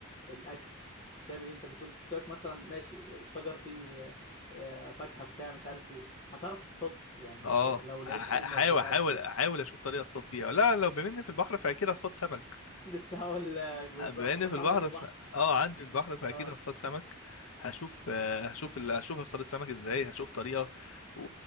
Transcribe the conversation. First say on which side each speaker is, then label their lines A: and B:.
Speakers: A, on the left; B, on the left.
A: الاكل تعمل ايه انت بتقول سيبك مثلا ماشي الشجر فيه آه، آه، فاكهه بتاع مش عارف ايه هتعرف تصطاد يعني
B: اه
A: لو لقيت
B: ح-
A: ارنب
B: حاول
A: مش
B: حاول
A: عارف ايه
B: حاول اشوف طريقه اصطاد بيها لا لو بما إني في البحر فاكيد اصطاد سمك
A: <laughs> لسه هقول لك بالظبط
B: بما اني
A: طب ما
B: في
A: انت
B: البحر
A: عندك البحر
B: ف... اه عندي البحر فاكيد
A: اه
B: هصطاد سمك هشوف آه، هشوف ال... هشوف هصطاد السمك ازاي هشوف طريقه و...